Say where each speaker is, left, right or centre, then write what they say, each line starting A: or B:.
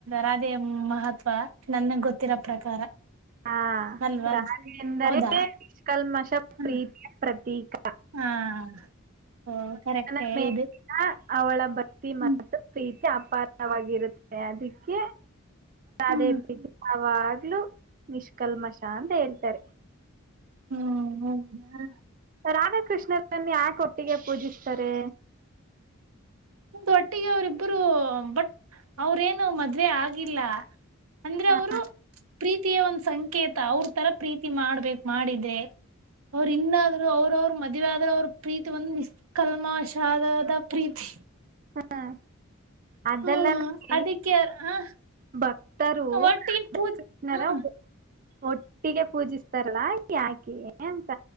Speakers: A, on the right; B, on the right.
A: ರಾಧೆಯ ಮಹತ್ವ ನನ್ಗ್ ಗೊತ್ತಿರೋ ಪ್ರಕಾರ
B: ಹಾ
A: ಅಲ್ವಾ
B: ರಾಣಿ ಎಂದರೆ
A: ಹೌದಾ
B: ಪಷ್ಕಲ್ಮಷ
A: ಹ್ಮ
B: ಪ್ರೀತಿಯ ಪ್ರತೀಕ
A: ಹಾ ಓ ಕರೆಕ್ಟೇ
B: ನ ಮ
A: ಇದು
B: ಅವಳ ಬತ್ತಿ
A: ಹ್ಮ್
B: ಮತ್ತು ಪ್ರೀತಿ ಅಪಾರವಾಗಿರುತ್ತೆ ಅದಕ್ಕೆ
A: ಹ್ಮ್
B: ದೇ ಪ್ರ ಯಾವಾಗ್ಲುೂ ನಿಷ್ಕಲ್ಮಷಾ ಅಂತ ಹೇಳ್ತಾರೆ
A: ಹ್ಮ್ ಹ
B: ರಾಧಾಕೃಷ್ಣರನ್ನು ಯಾಕೆ ಒಟ್ಟಿಗೆ ಪೂಜಿಸ್ತಾರೆ
A: ಒಂದು ಒಟ್ಟಿಗೆ ಅವರಿಬ್ಬರು ಬಟ್ ಅವ್ರೇನು ಮದ್ವೆ ಆಗಿಲ್ಲ ಅಂದ್ರೆ
B: ಹ
A: ಅವರು ಪ್ರೀತಿಯ ಒಂದ್ ಸಂಕೇತ ಅವ್ರ ತರ ಪ್ರೀತಿ ಮಾಡ್ಬೇಕ ಮಾಡಿದೆ. ಅವ್ರ ಇನ್ನಾದ್ರು ಅವ್ರ ಅವ್ರ ಮದುವೆ ಆದ್ರ ಅವ್ರ ಪ್ರೀತಿ ಒಂದು ನಿಸ್ಕಲ್ಮಶಾದದ ಪ್ರೀತಿ
B: ಹ ಅದೆಲ್ಲ
A: ಹ್ಮ್
B: ನ
A: ಅದಕ್ಕೆ ಹ
B: ಭಕ್ತರು
A: ಒಟ್ಟಿಗೆ
B: ರಾಧ
A: ಪೂಜೆ
B: ಕೃಷ್ಣರ
A: ಹ್ಮ
B: ಒಟ್ಟಿಗೆ ಪೂಜಿಸ್ತಾರಲ್ಲ ಯಾಕೆ ಅಂತ